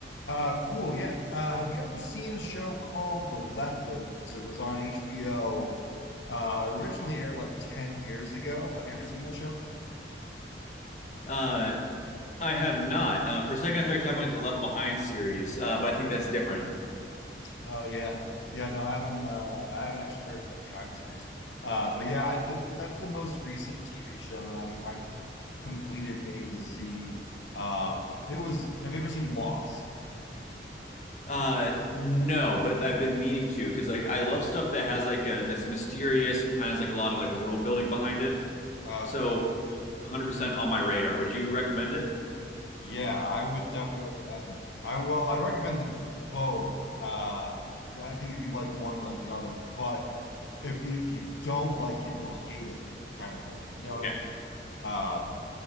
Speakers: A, on the left (about 85°); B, on the left (about 40°).
A: Uh, cool. Yeah. Uh, have you ever seen a show called The Leftovers? It was on HBO. Uh, originally aired like 10 years ago. Have you ever seen that show?
B: Uh, I have not. Uh, for second and third time, I went to the Left Behind series, uh, but I think that's different.
A: Oh yeah. Yeah, no, I haven't uh I haven't actually heard of Left Behind series. Uh but yeah, I th th- that's the most recent TV show that I kind of completed A to Z. Um it was have you ever seen Lost?
B: Uh, no, but I've been meaning to because like I love stuff that has like a that's mysterious and kind of has, like a lot of like world building behind it.
A: Okay.
B: So, 100% on my radar. Would you recommend it?
A: Yeah, I would definitely recommend I well, I'd recommend them both. Uh I think if you like one, you like the other. But if if you don't like it, you'll hate it, kind of thing. You know
B: Okay.
A: what I mean? Um,